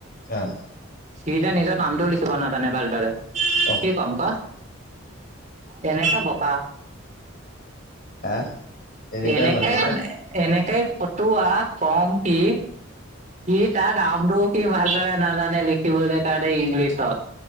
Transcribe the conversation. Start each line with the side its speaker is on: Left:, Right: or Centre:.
Left: অ'।
Right: সি যে নিজৰ নামটোও লিখিব নাজানে ভালদৰে,
Left: অ
Right: কি ক'ম ক? এনেকা বকা
Left: হা তেনেকুৱাই
Right: এনেকাই
Left: মানুহ নে
Right: মানে এনেকাই ফটোৱা, ক'ম কি? সি তাৰ নামটোও সি ভালদৰে নাজানে লিখিবলে কাৰণে ইংলিছত।